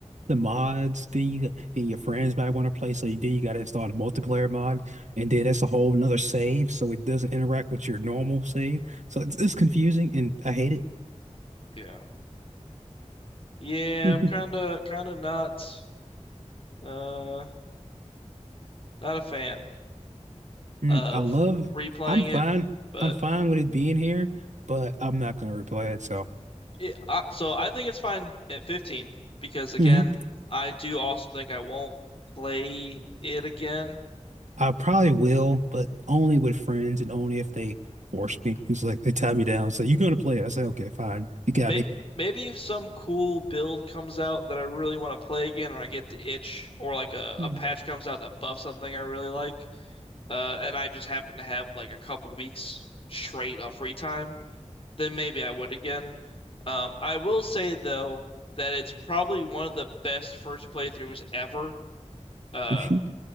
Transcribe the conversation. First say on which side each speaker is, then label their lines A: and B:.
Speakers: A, on the right; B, on the left.
A: the mods. Then you got- then your friends might want to play, so then you got to install the multiplayer mod, and then that's a whole another save, so it doesn't interact with your normal save. So it's it's confusing, and I hate
B: yeah. Yeah,
A: it.
B: I'm kinda
A: <laughs>
B: kinda not uh not a fan
A: Mm,
B: of
A: I love.
B: replaying
A: I'm fine.
B: it, but
A: I'm fine with it being here, but I'm not gonna replay it. So
B: It, I, so I think it's fine at 15 because again,
A: Mhm.
B: I do also think I won't play it again.
A: I probably will, but only with friends and only if they force me. It's like they tie me down, say you're gonna play it. I say okay, fine. You got
B: May,
A: me.
B: maybe if some cool build comes out that I really want to play again, or I get the itch, or like a,
A: Mm,
B: a patch comes out that buffs something I really like, uh, and I just happen to have like a couple weeks straight of free time, then maybe I would again. Um, I will say though that it's probably one of the best first playthroughs ever. Uh,
A: mm.